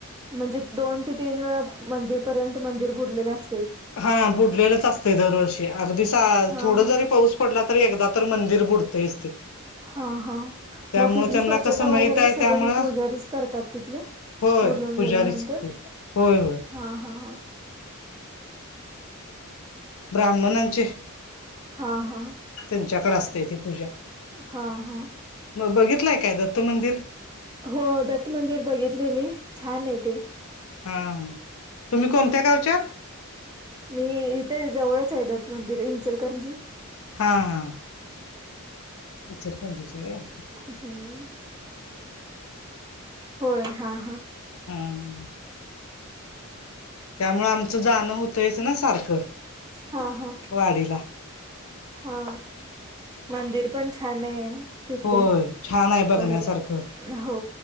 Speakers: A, on the right (about 20°); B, on the left (about 65°).
A: म्हणजे दोन ते तीन वेळा मंदिरपर्यंत मंदिर बुडलेल अस
B: हा बुडलेलंच असतं दरवर्षी अगदी सा
A: हा
B: थोडं
A: हा
B: जरी पाऊस पडला तरी एकदा तर मंदिर बुडतेच ते
A: हा हा
B: त्यामुळे
A: मग तिथली
B: त्यांना
A: स्वच्छता
B: कसं माहित
A: वगैरे
B: आहे त्यामुळं
A: सगळी प पुजारीच करतात तिथले?
B: होय
A: पूर येऊन
B: पुजारी
A: गेल्यानंतर
B: सिककी होय होय.
A: हा हा हां.
B: ब्राह्मणांचे
A: हा हा.
B: त्यांच्याकडे असतेय ती पूजा
A: हा हा
B: मग बघितलाय काय दत्त मंदिर?
A: हो दत्त मंदिर बघितले मी छान आहे ते.
B: हां तुम्ही कोणत्या गावच्यात?
A: मी इथे जवळच आहे दत मंदिर इंचलकरजी
B: हा हा. इचलकरांचीच हाय होय.
A: हम्म होय हा हा.
B: हां. त्यामुळे आमचं जाणं होतयच ना सारखं
A: हा हा.
B: वाडीला.
A: हा मंदिर पण छान आहे. तिथले
B: होय छान आहे बघण्यासारखं.
A: परत हो